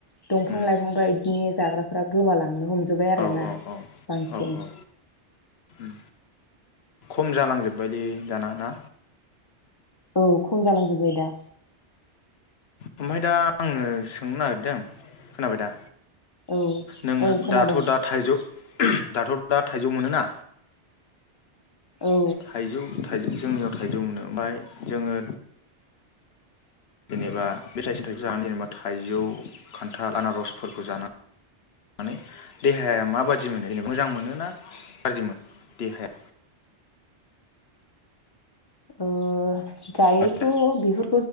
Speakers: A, on the left; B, on the left.
A: दंफां
B: उम
A: लाइफांफ्रा बिदिनो जाग्राफोरा गोमालांनो हमजोब्बाय आरोना
B: औ औ औ
A: बांसिन
B: औ औ उम खम जालांजोबबायलै दाना ना
A: औ खम जालांजोब्बाय दा
B: ओमफाय दा आङो सोंनो नागिरदों खोनाबाय दा?
A: औ
B: नोंङो
A: औ खोनादों
B: दाथ' दा थाइजौ <unintelligible> दाथ' दा थाइजौ मोनो ना?
A: औ
B: थाइजौ थाइ जोंनियाव थाइजौ मोनो ओमफाय जोङो जेनेबा बे थायसे थाइजौ जाना जेनेबा थाइजौ खान्थाल आनारसफोरखौ जानानै देहाया माबादि मोनो जेनेबा मोजां मोनो ना गाज्रि मोन देहाया?
A: ओ जायोथ'
B: दा
A: बिहुर